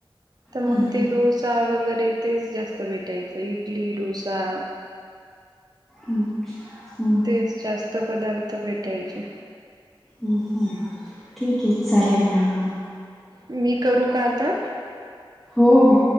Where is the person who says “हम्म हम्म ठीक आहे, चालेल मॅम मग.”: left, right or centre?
Centre